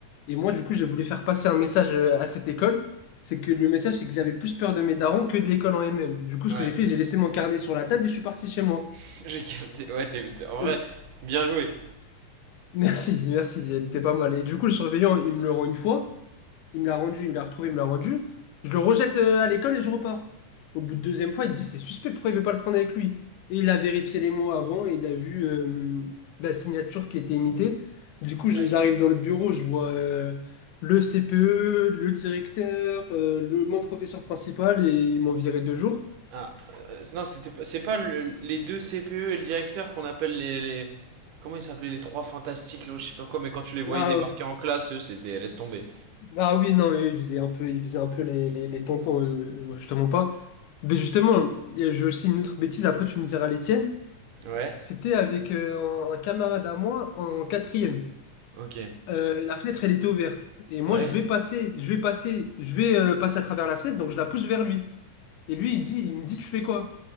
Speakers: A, on the left (about 80°); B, on the right (about 85°).
A: Et moi, du coup, j'ai voulu faire passer un message euh, à cette école, c'est que le message c'est que j'avais plus peur de mes darons que de l'école en elle-même. Du coup,
B: Ouais.
A: ce que j'ai fait, j'ai laissé mon carnet sur la table et je suis parti chez moi.
B: <laughs> J'ai capté. Ouais, t'es, t'es- en
A: Euh,
B: vrai, bien joué.
A: Merci, merci, elle était pas mal. Et du coup, le surveillant, il me le rend une fois. Il me l'a rendu, il me l'a retrouvé, il me l'a rendu. Je le rejette euh, à l'école et je repars. Au bout de deuxième fois, il dit, c'est suspect, pourquoi il veut pas le prendre avec lui? Et il a vérifié les mots avant et il a vu euh, la signature qui était imitée. Du coup, je-
B: Aïe,
A: j'arrive
B: aïe.
A: dans le bureau, je vois euh, le CPE, le directeur, euh, le, mon professeur principal et ils m'ont viré deux jours.
B: Ah, euh, non, c'était pas, c'est pas le- les deux CPE et le directeur qu'on appelle les, les- Comment ils s'appelaient les trois fantastiques, là, je sais pas quoi, mais quand tu les voyais
A: Ah,
B: débarquer en classe, eux, c'était laisse tomber.
A: ah oui, non, eux, ils faisaient un peu, ils faisaient un peu les, les, les tampons, euh, euh, je te mens pas. Mais justement, et j'ai aussi une autre bêtise, après tu me diras les tiennes.
B: Ouais.
A: C'était avec euh, un, un camarade à moi en quatrième.
B: Ok.
A: Euh, la fenêtre, elle était ouverte. Et moi,
B: Ouais.
A: je vais passer, je vais passer, je vais euh, passer à travers la fenêtre, donc je la pousse vers lui. Et lui, il dit, il me dit, tu fais quoi?